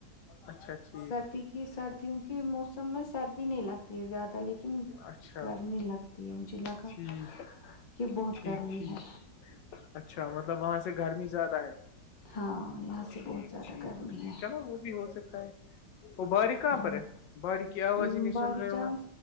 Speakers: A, on the left; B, on the left.
A: اچھا اچھا
B: سردی کی سردیوں کے موسم میں سردی نہیں لگتی ہے زیادہ لیکن
A: اچھا
B: گرمی لگتی ہے مجھے لگا
A: ٹھیک
B: کہ بہت
A: ٹھیک
B: گرمی
A: ٹھیک
B: ہے
A: اچھا مطلب وہاں سے گرمی زیادہ ہے
B: ہاں یہاں
A: ٹھیک
B: سے بہت زیادہ
A: ٹھیک
B: گرمی
A: ٹھیک
B: ہے
A: چلو وہ بھی ہو سکتا ہے وہ باری کہاں
B: ہاں
A: پر ہے باری کی آواز
B: ہم،
A: ہی نہیں
B: باریک
A: سن رہے وہاں
B: جان